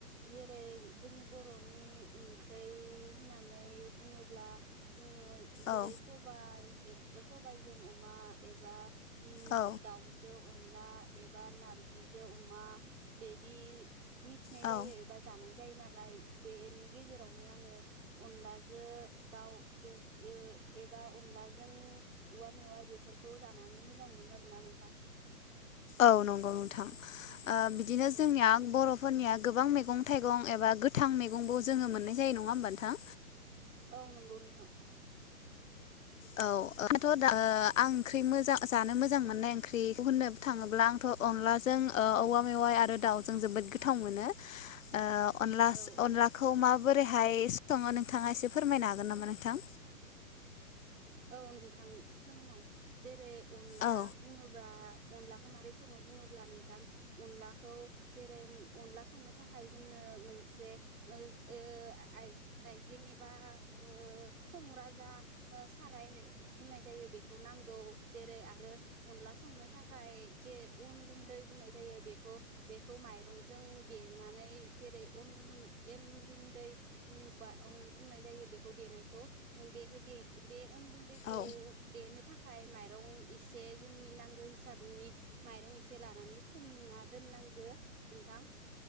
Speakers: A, on the right; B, on the left.
A: जेरै जोंनि बर'नि ओंख्रै होननानै बुङोब्ला <unintelligible> जेरै
B: औ
A: सबाय ए ओ सबायजों अमा एबा। उम
B: औ
A: दाउजो अन ला एबा ना जि जो अमा बेदि मिथिनाय
B: औ
A: जायो एबा जानाय जायो ना <unintelligible> बेनि गेजेरावनो आङो अनलाजो दाउ बे ए एबा अनलाजों औवा मेवाइ बेफोरखौ जानानै मोजां मोनो आरोना नोंथां।
B: औ नंगौ नोंथां। ओ बिदिनो
A: औ
B: जोंनिया बर'। फोरनिया गोबां मैगं थाइगं एबा गोथां मैगंबो जोङो मोननाय जायो नङा होम्बा नोंथां।
A: औ नंगौ नोंथां।
B: औ <unintelligible> ' ओ आं ओंख्रि मोजां जानो मोजां मोननाय ओंख्रि गुबुननावबो थाङोब्ला आंथ' अनलाजों ओ औवा मेवाइ आरो दाउजों जोबोद गोथाव मोनो। ओ अनला
A: औ औ
B: अनलाखौ माबोरैहाय संङो नोंथाङा एसे फोरमायनो हागोन नामा नोंथां।
A: औ नोंथां <unintelligible> जेरै अनला
B: औ
A: बुङोबा अनलाखौ माबोरै सङो बुङोब्ला नोंथां अनलाखौ जेरै अनला संनो थाखाय जोंनो मोनसे ओ ओ आइ आइजें एबा ओ संग्रा जा ओ खाराय है बुंनाय जायो बेखौ नांगौ जेरै आरो अनला संनो थाखाय जे अन गुन्दै बुंनाय जायो बेखौ बेखौ माइरंजों देनानै जेरै अन गुन्दुं एन गुन्दै उम बा उम बुंनाय जायो बेखौ देनायखौ बेखौ दे बे अन गुन्दैखौ
B: औ
A: देनो थाखाय माइरं एसे जोंनि नांगौ हिसाबनि माइरं एसे लानानै सोमना दोननांगो नोंथां।